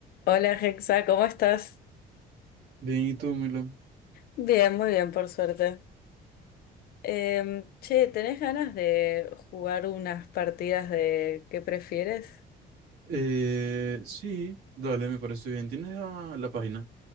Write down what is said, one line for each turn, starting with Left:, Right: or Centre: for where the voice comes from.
Left: Hola Hexa, ¿cómo estás?
Right: Bien, ¿y tú, Milan?
Left: Bien, muy bien, por suerte. Em, che, ¿tenés ganas de jugar unas partidas de qué prefieres?
Right: Eh, sí, dale, me parece bien. ¿Tienes la, la página?